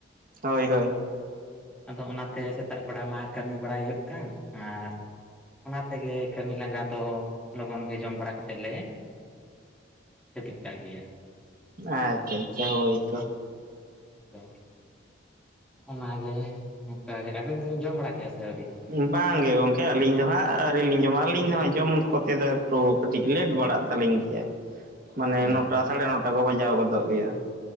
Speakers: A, on the right; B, in the centre.
A: ᱦᱳᱭ-ᱦᱳᱭᱼᱼ
B: ᱟᱫᱚ ᱚᱱᱟᱛᱮ ᱥᱮᱛᱟᱜ ᱵᱮᱲᱟ ᱢᱟ ᱠᱟᱹᱢᱤ ᱵᱟᱲᱟᱭ ᱦᱩᱭᱩᱜ ᱠᱟᱱ, ᱟᱨᱼᱼ ᱚᱱᱟ ᱛᱮᱜᱮ ᱠᱟᱹᱢᱤ ᱞᱟᱸᱜᱟ ᱫᱚ ᱞᱚᱜᱚᱱ ᱜᱮ ᱡᱚᱢ ᱵᱟᱲᱟ ᱠᱟᱛᱮᱫ ᱞᱮᱼᱼ ᱡᱟᱹᱯᱤᱫ ᱠᱟᱜ ᱜᱮᱭᱟ,
A: ᱟᱪᱪᱷᱟ-ᱟᱪᱪᱷᱟ ᱦᱳᱭ ᱛᱚᱼᱼ
B: <unintelligible> ᱚᱱᱟᱜᱮ ᱚᱝᱠᱟᱜᱮ ᱟᱹᱵᱤᱱ ᱫᱚᱵᱤᱱ ᱡᱚᱢ ᱵᱟᱲᱟ ᱠᱮᱜ-ᱟ ᱥᱮ ᱟᱹᱣᱨᱤ?
A: ᱵᱟᱝ ᱜᱮ ᱜᱚᱝᱠᱮ ᱟᱹᱞᱤᱧ ᱫᱚ ᱦᱟᱸᱜ ᱟᱹᱣᱨᱤ ᱞᱤᱧ ᱡᱚᱢᱟ ᱟᱹᱞᱤᱧ ᱫᱚ ᱦᱟᱸᱜ ᱡᱚᱢ ᱠᱚᱛᱮ ᱫᱚ ᱮᱠᱴᱩᱼᱼ ᱠᱟᱹᱴᱤᱡ ᱞᱮᱴ ᱵᱟᱲᱟᱜ ᱛᱟᱹᱞᱤᱧ ᱜᱮᱭᱟ᱾ ᱢᱟᱱᱮ
B: ᱚ
A: ᱱᱚᱴᱟ ᱥᱟᱲᱮ ᱱᱚᱴᱟ ᱠᱚ ᱵᱟᱡᱟᱣ ᱜᱚᱫᱚᱜ ᱜᱮᱭᱟ᱾